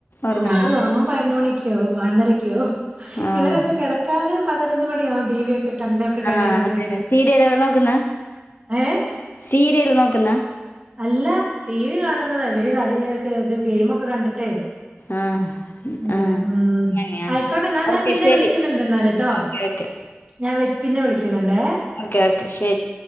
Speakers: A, on the left (about 55°); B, on the right (about 30°).
A: ഒറങ്ങുന്നോ
B: രാത്രി ഉറങ്ങും പതിനുന്ന മണി ക്കോ വന്നരക്കോ
A: ആഹ്
B: ഇവരൊക്കെ കിടക്കാതെ പതിനൊന്ന് മണിയകും ടി വി ഒക്കെ കണ്ടൊക്കെ കഴിയുമ്പത്തേക്ക്
A: ആഹ അതന്നെ സീരിയൽ എല്ലാം നോക്കുന്ന
B: ഏഹ്
A: സീരിയൽ നോക്കുന്ന
B: അല്ല ടി വി കാണുന്നതാ ഇവര് കളിക്കെ ഇത് ഗെയിമ ഒക്കെ കണ്ടിട്ടേ
A: ആഹ്
B: അങ്ങനെ
A: ആഹ്
B: ഉ
A: അങ്ങനെയാ.
B: ആയിക്കോട്ടെ ഞാൻ
A: ഓക്കെ
B: ഞാൻ പിന്നെ
A: ശരി.
B: വിളിക്കുന്നുണ്ട് എന്നാലട്ടോ
A: ഓക്കെ ഓക്കെ.
B: ഞാൻ വ പിന്നെ വിളിക്കുന്നുണ്ടേ
A: ഓക്കെ ഓക്കെ ശരി